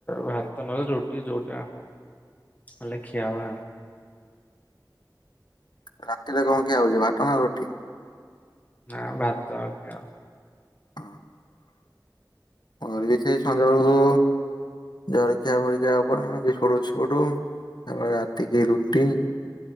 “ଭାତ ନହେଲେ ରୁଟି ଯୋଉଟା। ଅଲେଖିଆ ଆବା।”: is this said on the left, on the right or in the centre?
Left